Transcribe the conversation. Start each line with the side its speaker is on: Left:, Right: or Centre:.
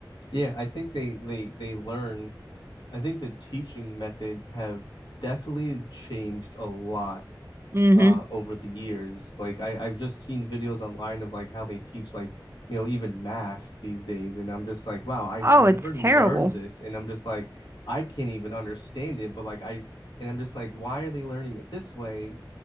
Left: Yeah, I think they they they learn I think the teaching methods have definitely changed a lot
Right: hmm
Left: uh over the years. Like I, I've just seen videos online of like how they teach like, you know, even math these days. And I'm just like, wow, I've
Right: Oh,
Left: never
Right: it's
Left: learned
Right: terrible.
Left: this. And I'm just like, I can't even understand it. But like I and I'm just like, why are they learning it this way?